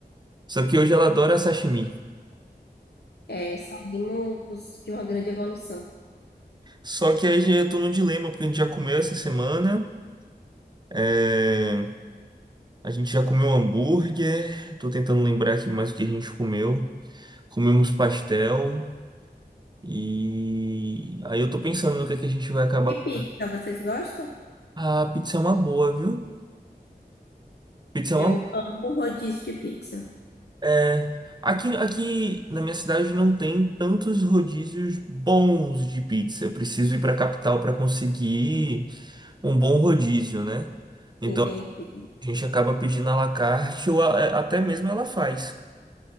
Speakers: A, on the right; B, on the left.
A: Só que hoje ela adora sashimi.
B: É, saímos de uma grande evolução.
A: Só que aí eu tô num dilema, porque a gente já comeu essa semana. é, A gente já comeu hambúrguer. Tô tentando lembrar aqui mais o que a gente comeu. Comemos pastel. E aí eu tô pensando no que é que a gente vai acabar
B: E
A: comendo.
B: pizza, vocês gostam?
A: Ah, pizza é uma boa, viu? Pizza é
B: Eu
A: uma
B: amo rodízio de pizza.
A: É, aqui, aqui na minha cidade não tem tantos rodízios bons de pizza. Eu preciso ir para a capital para conseguir um bom rodízio, né? Então
B: Entendi.
A: a gente acaba pedindo à la carte ou a- é, até mesmo ela faz.